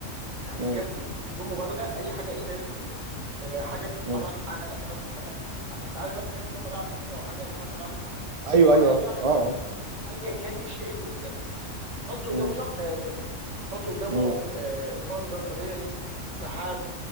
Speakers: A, on the right; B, on the right.
A: يعني
B: مم.
A: بجد بدون مبالغه اي حاجه انت هي آه، حاجه بتتحرك
B: مم.
A: حاجه ثابته انت عارف بقى في حاجه اسمها طبيعه ثابته وحاجه اسمها طبيعه متحركه
B: أيوه
A: هو
B: أيوه
A: بقى بيعرف
B: أه آه.
A: يرسم ايا كان ايه الشيء اللي قدامه حط قدامه
B: مم.
A: شخص هيرسمه حط قدامه
B: مم.
A: آه، منظر طبيعي س- س- سحاب